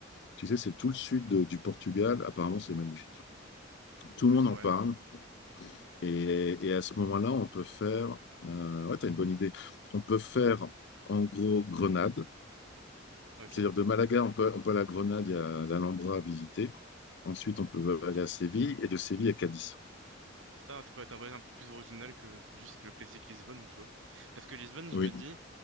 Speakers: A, on the left; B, on the right.
A: Tu sais, c'est tout le sud de- du Portugal. Apparemment, c'est magnifique.
B: En
A: Tout
B: plus,
A: le monde en
B: ouais.
A: parle. Et, et à ce moment-là, on peut faire. euh, ouais, t'as une bonne idée. On peut faire, en gros, Grenade.
B: Ok.
A: C'est-à-dire de Malaga, on peut, on peut aller à Grenade, il y a l'Alhambra à visiter. Ensuite, on peut aller à Séville et de Séville à Cadiz.
B: Ça, ça peut être un voyage un peu plus original que, que juste le classique Lisbonne, tu vois. Parce que Lisbonne, je
A: Oui,
B: me dis,